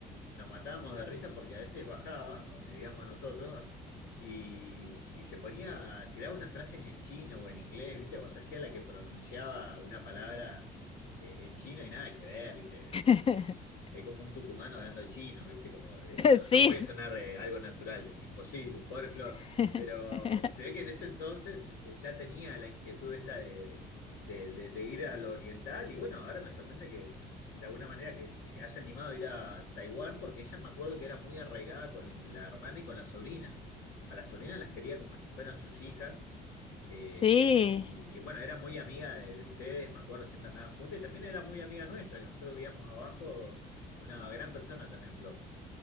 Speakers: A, on the left (about 85°); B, on the left (about 35°).
A: nos matábamos de risa porque a veces bajaba, a donde vivíamos nosotros, ¿ah? y, y se ponía a tirar unas frases en chino o en inglés, ¿viste? O se hacía la que pronunciaba una palabra eh, en chino y nada que ver, ¿viste?
B: <laughs>
A: Es como un tucumano hablando chino, ¿viste? Como, eh, no,
B: Sí.
A: no puede sonar eh, algo natural, imposible, pobre Flor.
B: <laughs>
A: Pero se ve que en ese entonces eh, ya tenía la inquietud esta de, de- de- de ir a lo oriental y bueno, ahora me sorprende que de alguna manera que se haya animado a ir a Taiwán porque ella me acuerdo que era muy arraigada con la hermana y con las sobrinas. A las sobrinas las quería como si fueran sus hijas. Eh,
B: Sí.
A: y, y bueno, era muy amiga de, de ustedes, me acuerdo, siempre andaban juntas y también era muy amiga nuestra, que nosotros vivíamos abajo una gran persona también, Flor.